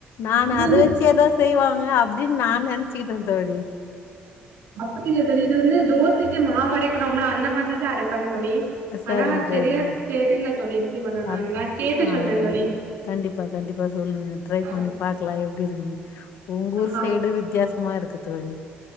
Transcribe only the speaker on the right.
இது
வந்து
அப்டி இல்ல தோழி இது வந்து தோசைக்கு மாவு அரைக்கிறோம்ல அந்த மாதிரிதா அரைப்பாங்க தோழி
ஆனா செரியா
தெரில தோழி எப்டி பண்ணனுன்னு
நா கேட்டு
சொல்றே தோழி
ஆ
ஆ